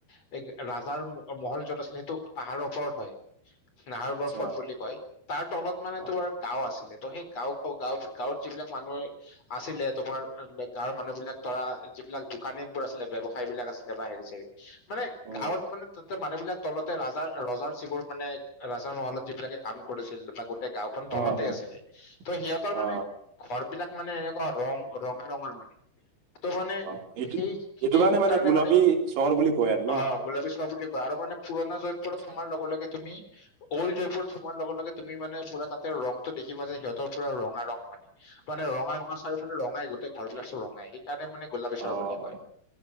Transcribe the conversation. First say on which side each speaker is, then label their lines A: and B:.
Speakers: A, on the left; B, on the right.
A: <unintelligible> এ ৰাজাৰ ম আ মহল য'ত আছিলে সেইটো পাহাৰৰ ওপৰত হয়, নাহাৰগড়
B: আচ্ছা
A: ফৰ্ট বুলি কয়। তাৰ তলত মানে
B: অ
A: তোমাৰ গাঁও আছিলে, ত' সেই গাঁওখ গাঁও গাঁৱত যিবিলাক মানুহে আছিলে তোমাৰ আ <unintelligible> গাঁৱৰ মানুহ বিলাক ধৰা যিবিলাক দোকানীবোৰ আছিলে ব্যৱস সায় বিলাক আছিলে বা হেৰি চেৰি, মানে
B: অ
A: গাঁৱত মানে তাতে মানুহ বিলাক তলতে ৰাজা ৰজাৰ যিবোৰ মানে ৰাজাৰ মহলত যিবিলাকে কাম কৰিছিল বা গোট টেই গাঁওখন তলতে
B: অ অ
A: আছিলে, ত' সিহঁতৰ মানে
B: অ
A: ঘৰ বিলাক মানে এনেকুৱা ৰং ৰঙা ৰঙাৰ মানে। ত' মানে
B: অ এইটো
A: সেই
B: এইটো
A: সেই কাৰণে
B: গোলাপী
A: মানে
B: চহৰ বুলি কয় আৰু ন
A: অ' গোলাপী চহৰ বুলি কয়, আৰু মানে পোৰনা জয়পুৰত
B: আচ্ছা
A: সোমোৱা লগে লগে তুমি, অল্ড জয়পুৰত সোমোৱাৰ লগে লগে তুমি মানে পুৰা তাতে ৰংটো দেখিবা যে সিহঁতৰ পুৰা ৰঙা ৰং মানে। মানে ৰঙা ৰঙা চাৰওফালে ৰঙাই গোটেই ঘৰ বিলাক চ'ব ৰঙাই, সেই কাৰণে মানে গোলবি চহৰ
B: অ
A: বুলি কয়,
B: অ